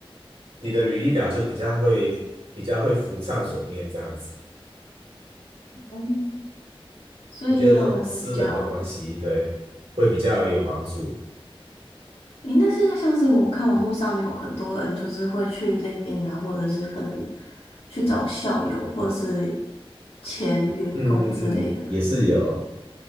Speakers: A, on the right; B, on the left.
A: 你的履历表就比较会比较会浮上水面这样子，
B: 哦，所以他们是比较，
A: 我觉得那种私人的关系，对，会比较有帮助。
B: 诶，那现在像是我看网络上面有很多人就是会去 LinkedIn 啊，或者是可能去找校友或者是前员工之类的，
A: 嗯嗯嗯，也是有。